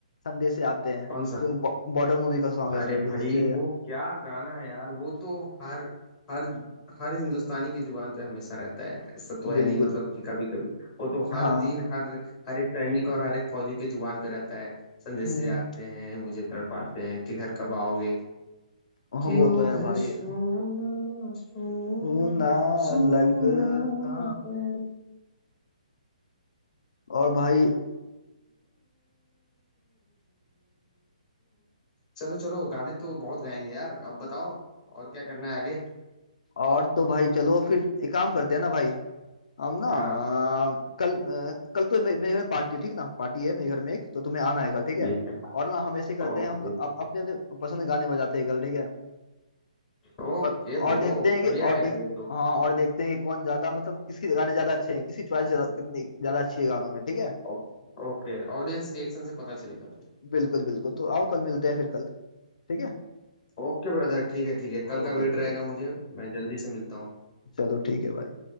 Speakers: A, on the left; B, on the left.
A: संदेश से आते हैं
B: कौन सा
A: जो बॉर्डर मूवी का सॉन्ग है
B: अरे
A: संदेश
B: भाई
A: से
B: वो क्या गाना है यार वो तो हर हर हर हिंदुस्तानी की जुबान पे हमेशा रहता है ऐसा तो है
A: बिल्कुल
B: नहीं मतलब कि कभी कभी वो तो हर
A: हाँ
B: दिन हर हर एक सैनिक और हर एक फौजी की जुबान पे रहता है संदेशे
A: हम्म
B: आते हैं मुझे तड़पाते हैं कि घर कब आओगे
A: हाँ,
B: कि
A: वो
B: ओ
A: तो है
B: घर
A: भाई
B: सोना सोना
A: तू ना
B: सोना
A: लगता
B: है
A: और भाई
B: चलो चलो गाने तो बहुत गाएंगे यार अब बताओ और क्या करना है आगे
A: और तो भाई चलो फिर एक काम करते हैं ना भाई हम ना अ,
B: हाँ
A: कल अ, कल तो मे, मेरे घर में पार्टी है ठीक ना पार्टी है मेरे घर में एक तो तुम्हें आना है कल ठीक है
B: ठीक
A: और ना हम ऐसे
B: है
A: करते
B: ओके
A: हैं हम अप, अपने अपने पसंद के गाने बजाते हैं कल ठीक है
B: Okay
A: और और
B: bro
A: देखते हैं
B: बढ़िया
A: कि और
B: रहेगा
A: देख
B: ये तो
A: हाँ और देखते हैं कि कौन ज्यादा मतलब किसकी गाने ज्यादा अच्छे हैं किसकी चॉइस कितनी ज्यादा अच्छी है गानों में ठीक है
B: ओ- ओके ऑडियंस रिएक्शन से पता चलेगा फिर
A: बिल्कुल बिल्कुल तो आओ कल मिलते हैं फिर कल ठीक है
B: ओके ब्रदर ठीक है ठीक है कल
A: ओके
B: का वेट
A: ब्रो
B: रहेगा मुझे मैं जल्दी से मिलता हूँ
A: चलो ठीक है भाई